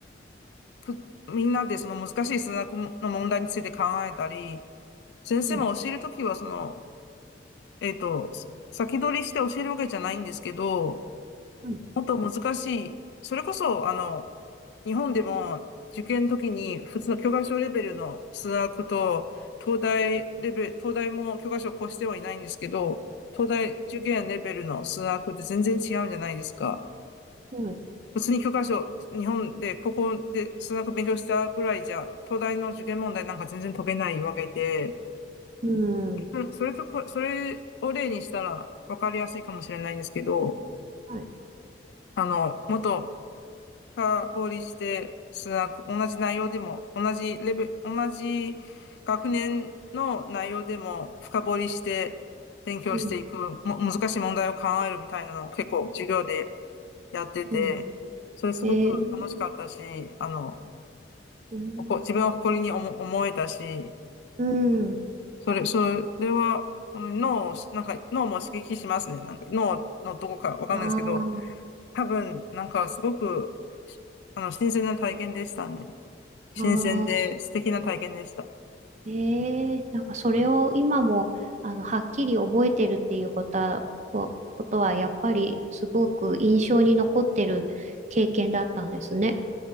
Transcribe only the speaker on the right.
うん。
はい。
うん。はい。
うん。
はい。
うん。
うん。
えー、
うん。
うん。
ああ
ああすええなんかそれを今も、あの、はっきり覚えてるっていうことは、こことはやっぱりすごく印象に残ってる経験だったんですね。